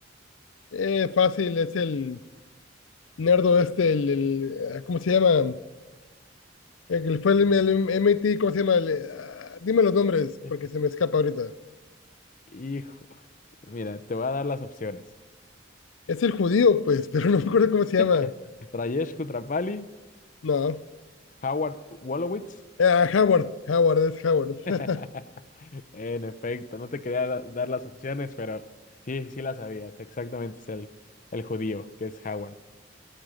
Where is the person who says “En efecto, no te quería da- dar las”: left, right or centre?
Left